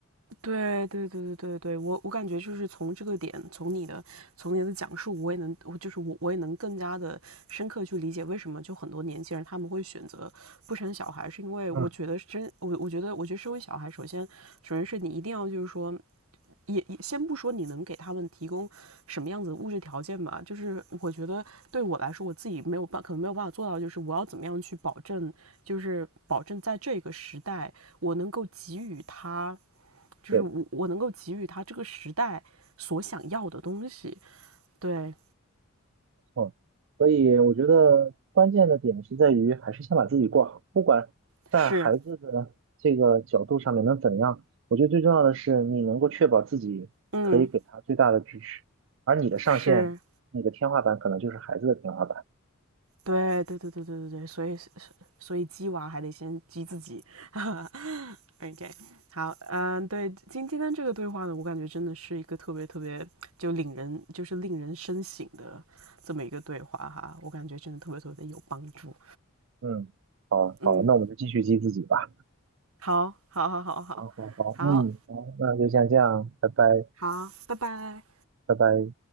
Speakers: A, on the right; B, on the right.
A: 对对对对对对，我我感觉就是从这个点，从你的从你的讲述，我也能，我就是我我也能更加的深刻去理解为什么就很多年轻人他们会选择不生小孩，是因为我觉得真我我觉得我觉得生完小孩，
B: 嗯，
A: 首先首先是你一定要就是说。也也先不说你能给他们提供什么样子的物质条件吧，就是我觉得对我来说，我自己没有办，可能没有办法做到，就是我要怎么样去保证，就是保证在这个时代，我能够给予他就是我我能够给予他这个时代所想要的东西。
B: 对。
A: 对，
B: 嗯，所以我觉得关键的点是在于，还是先把自己过好，不管在孩子的这个角度上面能怎样，
A: 是，
B: 我觉得最重要的是你能够确保自己可以给他最大的支持，
A: 嗯，
B: 而你的上限，
A: 是，
B: 你的天花板可能就是孩子的天花板。
A: 对，对，对，对，对，对，对，所以，所以鸡娃还得先鸡自己。<laughs> OK，好，嗯，对，今今天这个对话呢，我感觉真的是一个特别特别就令人就是令人深省的这么一个对话哈，我感觉真的特别特别有帮助。
B: 嗯，
A: 嗯，
B: 好，那我们就继续激自己吧。
A: 好，好，好，好，好，
B: 好好好，
A: 好，
B: 嗯，好，那就先这样，拜拜，
A: 好，拜拜。
B: 拜拜。